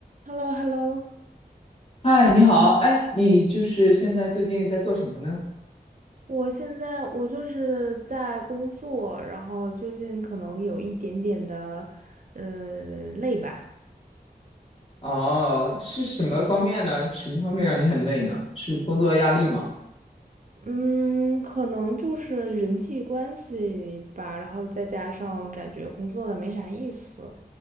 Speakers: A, on the right (about 55°); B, on the left (about 40°).
A: h e l l o h e l l o
B: 嗨，你好，哎，你就是现在最近在做什么呢？
A: 我现在我就是在工作，然后最近可能有一点点的，呃，累吧，
B: 哦，是什么方面呢？什么方面让你很累呢？是工作压力吗？
A: 嗯，可能就是人际关系吧，然后再加上感觉工作的没啥意思，